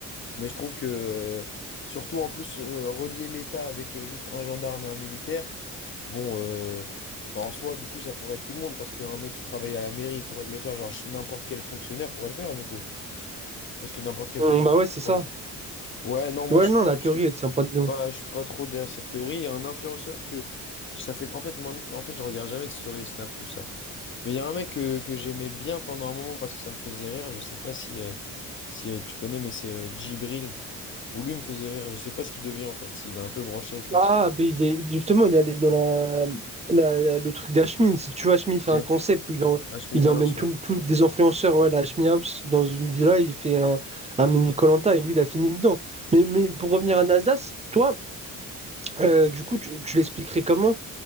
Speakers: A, on the left; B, on the right.
A: Mais je trouve que, euh, surtout en plus, euh, relier l'État avec euh, juste un gendarme et un militaire, bon, euh, enfin, en soi, du coup, ça pourrait être tout le monde, parce qu'un mec qui travaille à la mairie pourrait le faire, genre ch- n'importe quel fonctionnaire pourrait le faire, du coup. Parce que n'importe quel
B: Hum,
A: fonctionnaire
B: bah ouais, c'est
A: c'est
B: ça.
A: pour l'État. Ouais, non, moi,
B: Ouais,
A: je
B: non,
A: suis pas,
B: la théorie,
A: je suis
B: elle tient pas de nous.
A: pas, je suis pas trop derrière cette théorie. Il y a un influenceur que. Ça fait, en fait, mon- en fait, je regarde jamais de story Snap, tout ça. Mais il y a un mec que, que j'aimais bien pendant un moment parce que ça me faisait rire. Je sais pas si, euh, si euh, tu connais, mais c'est euh, Djibril. Ou lui me faisait rire, je sais pas ce qu'il devient en fait, s'il est un peu branché avec la
B: Ah,
A: type.
B: ben il est, justement, il est allé dans la, la- la- le truc d'Hashmi. Si tu vois, Hashmi, il
A: Ok,
B: fait un concept où il, en-
A: HMI
B: il
A: House,
B: emmène tous
A: ouais.
B: tous des influenceurs ouais, à la Hashmi House dans une villa, il fait un, un mini koh et lui, il a fini dedans. Mais, mais pour revenir à Nasdaq, toi, euh, du coup, tu, tu l'expliquerais comment